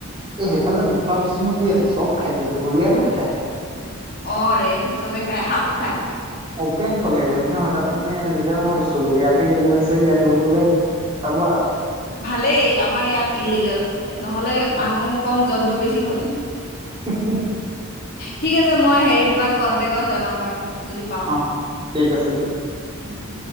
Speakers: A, on the right (about 25°); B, on the left (about 45°).
A: এই সেইফালে নোখোৱা বস্তুনো কি আছে, চব খাই দিয়ে, ঘৰিয়ালো খায়।
B: অ' ৰে। চবে খাই সাপো খাই
A: অপেন চলে সেইবিলাক নহয় তাত মানে লিগেল নহয় বস্তুবোৰ ইয়াতহে ইলিগেল আছে ইয়াত ধৰিব গ'লে ফচাব আৰু।
B: ভালেই আমাৰ ইয়াত ইলিগেল, নহ'লে মানুহ কম জন্তু বেছি হলহেঁতেন।
A: অ <unintelligible>
B: ঠিক আছে মই হেৰি তোমাক কন্টেকত জনাম বাৰু। যদি পাওঁ
A: অ' ঠিক আছে দিয়া।
B: উম, উম।